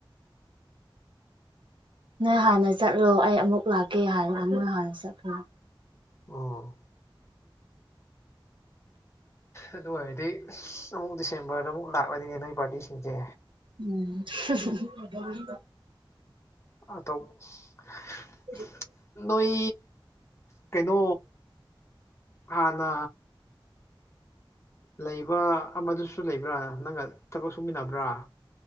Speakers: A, on the right; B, on the left.
A: ꯅꯣꯏ ꯍꯥꯟꯅ ꯆꯠꯂꯣ ꯑꯩ ꯑꯃꯨꯛ ꯂꯥꯛꯀꯦ ꯍꯥꯏꯔꯒ ꯃꯣꯏ ꯍꯥꯟꯅ ꯆꯠꯄꯅꯤ
B: ꯎꯝ ꯑꯗꯨ ꯑꯣꯏꯔꯗꯤ ꯑꯁ ꯑꯃꯨꯛ ꯗꯤꯁꯦꯝꯕꯔꯗ ꯑꯃꯨꯛ ꯂꯥꯛꯂꯅꯤꯅꯦ ꯅꯣꯏ ꯄꯥꯔꯇꯤꯁꯤꯡꯖꯦ
A: ꯎꯝ <unintelligible>
B: ꯑꯇꯧ <unintelligible>
A: <unintelligible>
B: ꯅꯣꯏ ꯀꯩꯅꯣ ꯍꯥꯟꯅ ꯂꯩꯕ ꯑꯃꯗꯨꯁꯨ ꯂꯩꯕ꯭ꯔꯥ ꯅꯪꯒ ꯊꯕꯛ ꯁꯨꯃꯤꯟꯅꯕ꯭ꯔꯥ